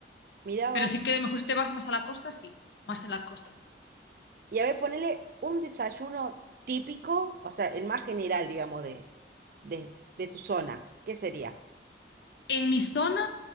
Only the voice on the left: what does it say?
Pero sí que a lo mejor si te vas más a la costa, sí. Más en la costa, sí.
Sí,
sí, sí.
En mi zona,